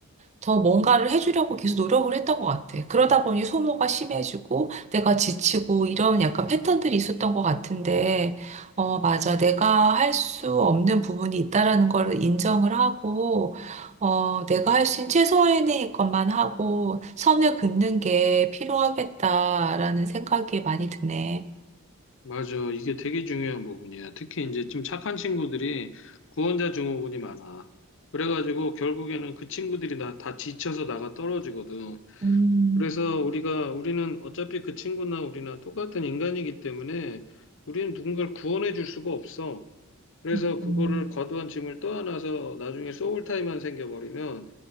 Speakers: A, on the right (about 30°); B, on the left (about 60°).
A: 더 뭔가를 해주려고 계속 노력을 했던 것 같아. 그러다 보니 소모가 심해지고 내가 지치고 이런 약간 패턴들이 있었던 것 같은데, 어,
B: 음,
A: 맞아. 내가 할 수 없는 부분이 있다라는 걸 인정을 하고, 어, 내가
B: 음.
A: 할 수 있는 최소한의 것만 하고 선을 긋는 게 필요하겠다라는 생각이 많이 드네.
B: 맞아. 이게 되게 중요한 부분이야. 특히 이제 좀 착한 친구들이 구원자 증후군이 많아. 그래가지고 결국에는 그 친구들이 나 다 지쳐서 나가 떨어지거든.
A: 음,
B: 그래서 우리가 우리는 어차피 그 친구나 우리나 똑같은 인간이기 때문에 우리는 누군가를 구원해 줄 수가 없어. 그래서
A: 음,
B: 그거를 과도한 짐을 떠안아서 나중에 소울타이만 생겨버리면